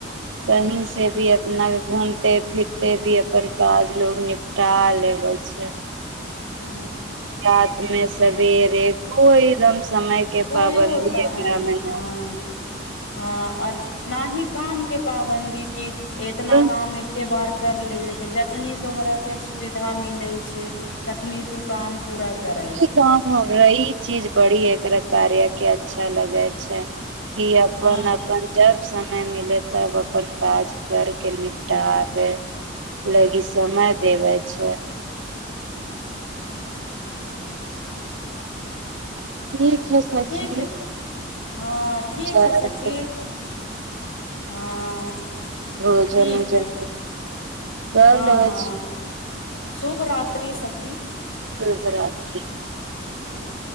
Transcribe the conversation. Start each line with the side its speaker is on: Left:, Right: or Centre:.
Right: कहीं से भी अपना घूमते फिरते भी अपन काज लोग निप टा लेब छै
Left: हू
Right: रात मे सबेरे कोई एकदम समय के
Left: कोइयो
Right: पाबन्दी
Left: टाइम
Right: एकरा मे
Left: हँ
Right: न
Left: हँ ओर नाही काम के पाबन्दी की एतना
Right: छै।
Left: काम म के बार कर लेबे के जखनी तोहराक के सुविधा मिलै छै तखनी तू काम पूरा करै
Right: ई
Left: छै
Right: काम हमरा ई चीज बड़ी एकरा कार्य के अच्छा लगै छै की अपन
Left: हँ
Right: अपन जब समय मिले तब अपन काज करके निपटाबे लगी समय देवे छै ठीक है
Left: ठीक
Right: सखी
Left: हँ ठीक
Right: चल
Left: हय सखी हँ
Right: भोजन
Left: ठीक
Right: उजन
Left: है
Right: कर
Left: हँ
Right: लेबे
Left: हँ
Right: छी
Left: शुभ रात्रि सखी
Right: शुभरात्रि
Left: हूँ